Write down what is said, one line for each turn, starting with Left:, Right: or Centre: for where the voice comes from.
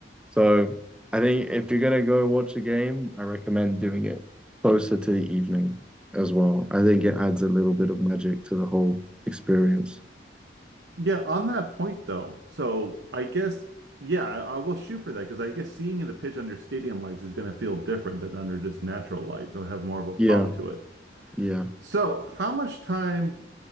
Centre: So I think if you're gonna go watch a game, I recommend doing it closer to the evening as well. I think it adds a little bit of magic to the whole experience.
Right: Yeah, on that point though, so I guess yeah, I, I will shoot for that because I guess seeing the pitch under stadium lights is going to feel different than under just natural lights. It'll have more of a pop
Centre: Yeah,
Right: to it.
Centre: yeah,
Right: So, how much time?